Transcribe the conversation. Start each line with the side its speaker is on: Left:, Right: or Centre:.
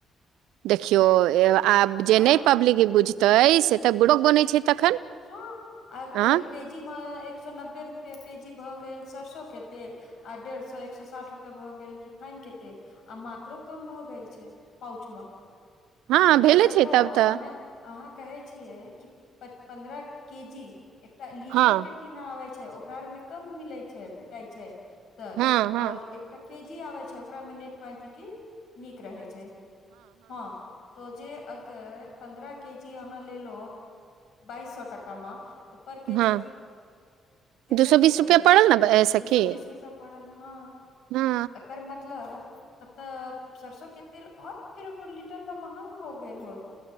Right: देखियौ आब
Left: हँ
Right: जे नहि पब्लिक बुझतै से तऽ बुड़क बनैत छै तखन
Left: हँ आ के
Right: आँ
Left: जी मे एक सौ नब्बे रुपआ के जी भ गेल सरसो के तेल आ डेढ़ सौ एक सौ साठ रुपआ भए गेल रिफाइनक के तेल आ मात्रो कम भऽ गेल छै पउच म
Right: हँ
Left: <inaudible> आजा
Right: भेले
Left: देखो
Right: छै तब तऽ
Left: अहे अहाँ कहे छियै कि पन्द्रह के जी एकटा लीटर
Right: हँ
Left: के टीना आबै छै ओक मे कम मिलै छै फिटाइ छै तल
Right: हँ हँ
Left: और एक एकटा केजी आबै छै ओकरामे नेट क्वानटिटी नीक रहै छै, हँ तऽ जे अगर पन्द्रह केजी अहाँ लेलहुँ बाइस सौ टकामे, तऽ पर केजी
Right: हँ
Left: कतेक
Right: दू सए
Left: के पड़ल?
Right: बीस रुपआ ने ए, सखी
Left: दू सए बीस रूपया पड़ल, हँ
Right: हँ
Left: एकर मतलब तब तऽ सरसोंके तेल आओर फेरो लीटरमे महंग हो गेल होइत?